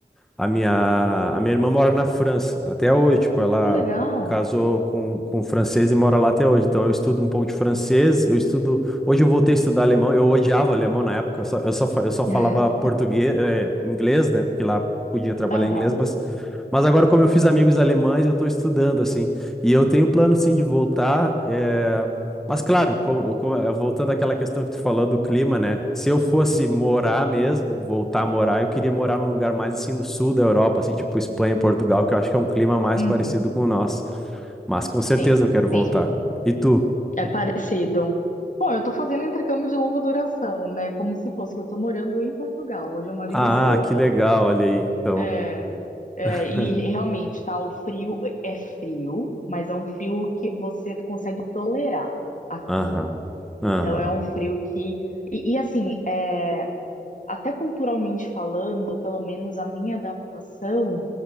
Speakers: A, in the centre; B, on the left.
A: a minha a minha irmã mora na França até hoje, tipo, ela
B: Que legal.
A: casou com com um francês e mora lá até hoje. Então eu estudo um pouco de francês, eu estudo, hoje eu voltei a estudar alemão. Eu odiava alemão na época, eu só eu só, fa- eu só falava
B: <laughs>
A: português, eh, inglês, né? Porque lá podia trabalhar
B: Aham.
A: em inglês, mas agora, como eu fiz amigos alemães, eu estou estudando, assim. E eu tenho plano, sim, de voltar. eh, Mas, claro, como- como- eh, voltando àquela questão que tu falou do clima, né? Se eu fosse morar mesmo, voltar a morar, eu queria morar num lugar mais, assim, do sul da Europa, assim, tipo Espanha e Portugal, que eu acho que é um clima mais
B: Uhum.
A: parecido com o nosso. Mas, com certeza,
B: Sim,
A: eu quero voltar.
B: sim.
A: E tu?
B: É parecido. Bom, eu tô fazendo intercâmbio de longa duração, né? Como se fosse que eu tô morando em Portugal. Hoje eu moro
A: Ah,
B: em Lisboa.
A: que legal, olha aí. Então.
B: É, é,
A: <laughs>
B: e e realmente, tá? O frio é frio, mas é um frio que você consegue tolerar aqui.
A: Aham.
B: Então,
A: Aham.
B: é um frio que. E, e, assim, é, até culturalmente falando, pelo menos a minha adaptação